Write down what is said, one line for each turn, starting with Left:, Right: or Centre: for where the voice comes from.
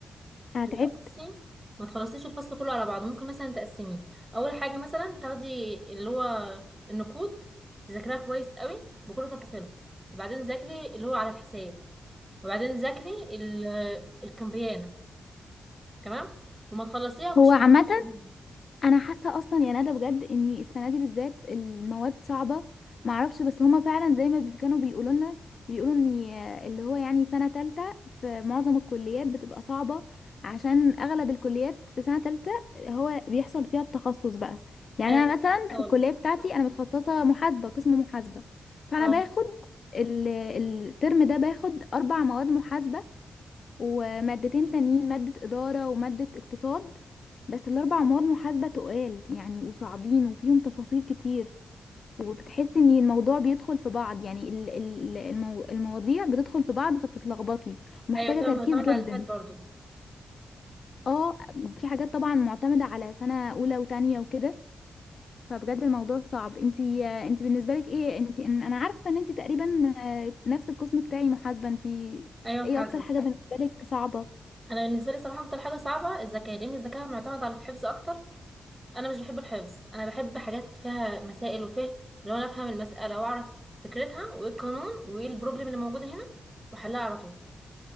Left: انا
Right: لا
Left: تعبت
Right: بصي ما تخلصيش الفصل كله على بعضه ممكن مثلا تقسميه اول حاجه مثلا تاخدي اللي هو النقود تذاكريها كويس قوي بكل تفاصيلها وبعدين ذاكري اللي هو على الحساب وبعدين ذاكري ال- الكمبيانه تمام وما تخلصيها خشي
Left: هو عامة
Right: على التخزين.
Left: انا حاسه اصلا يعني انا بجد ان السنه دي بالذات المواد صعبه معرفش بس هما فعلا زي ما بي- كانوا بيقولوا لنا بيقولوا ان اللي هو يعني سنه تالتة في معظم الكليات بتبقى صعبه عشان اغلب الكليات في سنه تالتة هو بيحصل فيها التخصص بقى يعني
Right: ايوه
Left: انا
Right: كنت
Left: مثلا
Right: لسه
Left: في
Right: هقولك.
Left: الكليه بتاعتي انا متخصصه محاسبه قسم محاسبه فانا
Right: اه
Left: باخد ال- الترم ده باخد اربع مواد محاسبه ومادتين تانيين مادة إدارة ومادة اقتصاد بس الأربع مواد محاسبة تقال يعني وصعبين وفيهم تفاصيل كتير وبتحسي ان الموضوع بيدخل في بعض يعني ال- ال- المو... المواضيع بتدخل في بعض فبتتلخبطي ومحتاجة
Right: ايوه تمام
Left: تركيز
Right: معتمد
Left: جدا
Right: على اللي فات برضه
Left: اه في حاجات طبعا معتمدة على سنة أولى وتانية وكده فبجد الموضوع صعب انتي انتي بالنسبة لك ايه انتي ان- انا عارفة ان انتي تقريبا آه، نفس القسم بتاعي محاسبة انتي
Right: ايوه محاسبه
Left: ايه اكتر حاجة بالنسبة لك صعبة
Right: انا بالنسبه لي صراحه اكتر حاجه صعبه الذكاء لان الذكاء معتمد على الحفظ اكتر انا مش بحب الحفظ انا بحب حاجات فيها مسائل وفهم لو انا افهم المساله واعرف فكرتها وايه القانون وايه البروبلم اللي موجوده هنا واحلها على طول